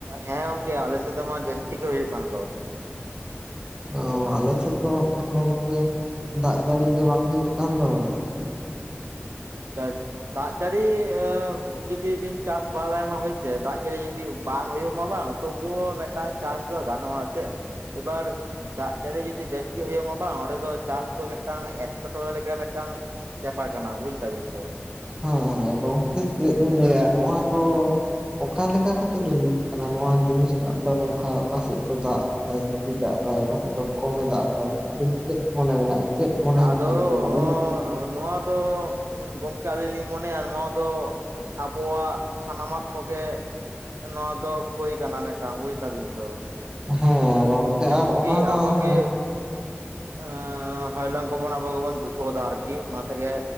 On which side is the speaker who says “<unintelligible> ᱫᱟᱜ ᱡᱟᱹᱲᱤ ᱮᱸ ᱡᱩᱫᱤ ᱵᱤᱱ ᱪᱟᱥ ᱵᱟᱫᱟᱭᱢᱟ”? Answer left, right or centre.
Right